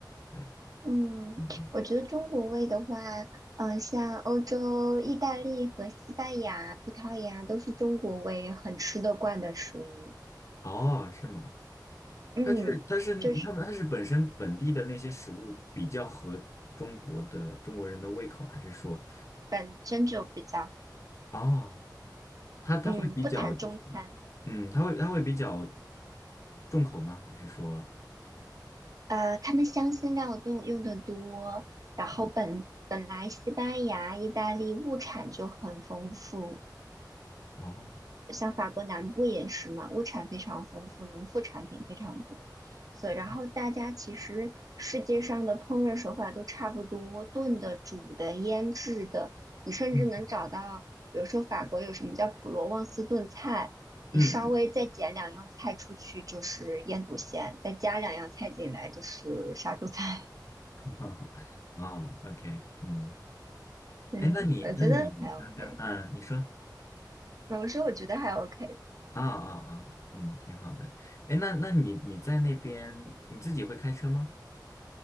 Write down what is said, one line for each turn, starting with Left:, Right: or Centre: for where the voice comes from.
Left: 对，
Right: 嗯，
Left: 嗯嗯，
Right: 我觉得中国味的话，嗯、呃像欧洲、意大利和西班牙、葡萄牙都是中国味很吃得惯的食物。
Left: 哦，是吗？
Right: 嗯，
Left: 它是它是他们它是本身本地的那些食物比较合中国的中国人的胃口，
Right: 就是
Left: 还是说，
Right: 本身就比较，
Left: 哦，它它会比较就是，
Right: 嗯，不谈中餐。
Left: 嗯，它会它会比较重口吗？还是说，
Right: 呃，他们香辛料都用的多，然后本本来西班牙、
Left: 嗯，
Right: 意大利物产就很丰富，
Left: 哦，
Right: 像法国南部也是嘛，物产非常丰富，农副产品非常多，所以然后大家其实世界上的烹饪手法都差不多，
Left: 哦
Right: 炖的、煮的、腌制的，你甚至能找到，
Left: 嗯
Right: 比如说法国有什么叫普罗旺斯炖菜。你稍微再减两样菜出去就是腌笃鲜，
Left: 嗯
Right: 再加两样菜进来就是杀猪菜。
Left: 嗯 <laughs>，哦，OK，嗯，
Right: 对，
Left: 哎，那你那哎你
Right: 我觉得还 OK。
Left: <laughs> 刚刚，嗯，你说，
Right: 呃我说我觉得还 OK。
Left: 啊啊啊，嗯，挺好的，哎，那那你你在那边你自己会开车吗？